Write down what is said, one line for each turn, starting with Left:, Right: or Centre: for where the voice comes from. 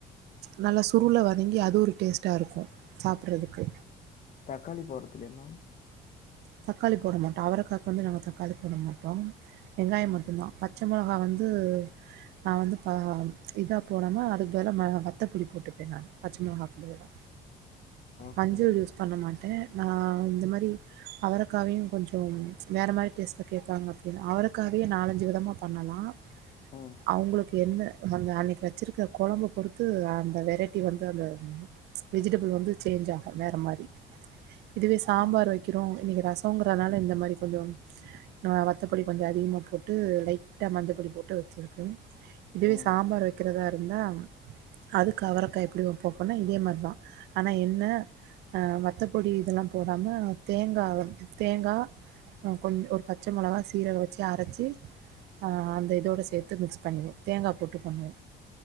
Right: நல்ல சுருள வதங்கி அது ஒரு டேஸ்ட்டா இருக்கு சாப்புறதுக்கு
Left: தக்காளி போடதுலையமா
Right: தக்காளி போட மாட்டோ அவரைக்காக்கு வந்து நாங்க தக்காளி போட மாட்டோம் வெங்காயம்
Left: ம்
Right: மட்டு தா பச்ச மொளகா வந்து நா வந்து பா இதா போடாம அதுக்கு பதுலா வத்த புளி போட்டுப்ப நானு பச்ச மொளகாக்கு பதுலா
Left: ஓகே
Right: மஞ்சள்
Left: மேம்
Right: யூஸ் பண்ண மாட்ட நா இந்த மாறி அவரக்காவையு கொஞ்சோ வேற மாறி டேஸ்ட்டு கேக்காங்க அப்டின்னா அவரக்காவே நாலஞ்சு விதமா பண்ணலா
Left: ம்
Right: அவங்களுக்கு என்ன அந்த அன்னைக்குவச்சுருக்கற கொழம்ப பொறுத்து அந்த வெரைட்டி வந்து அந்த வெஜிடபிள் வந்து சேஞ்ச் ஆகு வேற மாரி இதுவே சாம்பார்
Left: ஆ
Right: வைக் வைக்கிறோ இன்னைக்கி ரசங்கறதுனால இந்த மாறி சொல்லுவாங் நா வத்தப்பொடி கொஞ்சோ அதிகமா போட்டு லைட்டா மஞ்ச பொடி போட்டு வச்சிருக்கோ இதுவே
Left: ம்
Right: சாம்பார் வைக்கிறதா இருந்தா அதுக்கு அவரக்கா எப்டி வப்போ அப்டினா இதே மாரிதா ஆனா என்ன ஆ வத்தப்பொடி இதெல்லா போடாம தேங்கா வந் தேங்காய் கொஞ் ஒரு பச்ச மொளகா சீரக வச்சு அரச்சி ஆ அந்த இதோடு சேத்து மிக்ஸ் பண்ணிர்வோ தேங்கா போட்டு பண்வோ